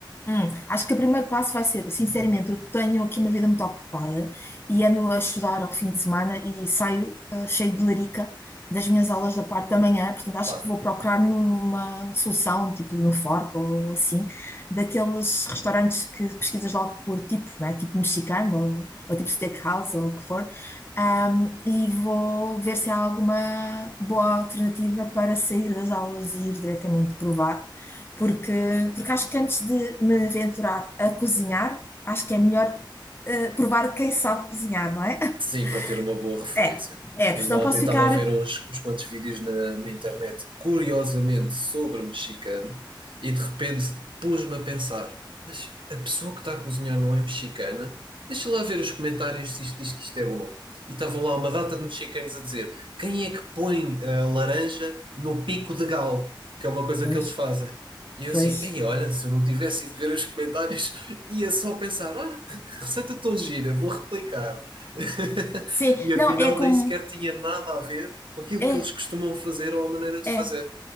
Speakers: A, on the left; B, on the right.
A: Hum, acho que o primeiro passo vai ser, sinceramente, eu tenho aqui uma vida muito ocupada e ando a estudar ao fim de semana e saio ah, cheio de larica das minhas aulas da parte da manhã, portanto
B: Claro.
A: acho que vou procurar numa solução, tipo no Fork ou assim, daqueles restaurantes que pesquisas logo por tipo, né? Tipo mexicano ou, ou tipo steakhouse ou o que for, Ahm, e vou ver se há alguma boa alternativa para sair das aulas e ir diretamente provar porque, porque acho que antes de me aventurar a cozinhar, acho que é melhor eh, provar quem sabe cozinhar, não é?
B: Sim,
A: <laughs>
B: para ter uma boa referência.
A: É, é, porque
B: Ainda
A: não
B: ontem
A: posso
B: estava
A: ficar.
B: a ver uns, uns quantos vídeos na, na internet, curiosamente sobre mexicano, e de repente pus-me a pensar: mas a pessoa que está a cozinhar não é mexicana? Deixa lá ver os comentários se isto diz que isto é bom. E estavam lá uma data de mexicanos a dizer: quem é que põe a laranja no pico de galo? Que é uma coisa
A: Pois,
B: que eles fazem. E eu
A: pois.
B: assim, ei, olha, se eu não tivesse ido ver os comentários, <laughs> ia só pensar: olha, que receita tão gira, vou replicar. <laughs>
A: Sim,
B: E afinal
A: não, é como.
B: nem sequer tinha nada a ver com aquilo
A: É,
B: que eles costumam fazer ou a maneira de fazer.
A: é.